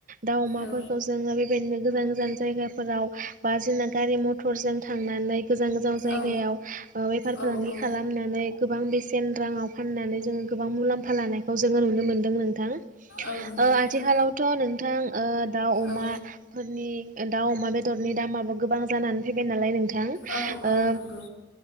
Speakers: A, on the right; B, on the left.
A: दाउ अमाफोरखौ
B: औ
A: जोङो बेबायदिनो गोजान गोजान जायगाफोराव बा जोंना गारि - मथरजों थांनानै गोजान गोजान जायगायाव
B: औ
A: ओ बेफार -
B: औ
A: फालांगि
B: औ
A: खालामनानै गोबां बेसेन राङाव फाननानै जोङो गोबां मुलाम्फा लानायखौ जोङो नुनो मोन्दों नोंथां ओ
B: औ नंगौ नोंथां
A: आथिखालावथ' नोंथां दाउ अमाफोरनि
B: औ
A: दाउ अमा बेदरनि दामाबो गोबां जानानै फैबाय नालाय नोंथां ओ
B: औ औ नंगौ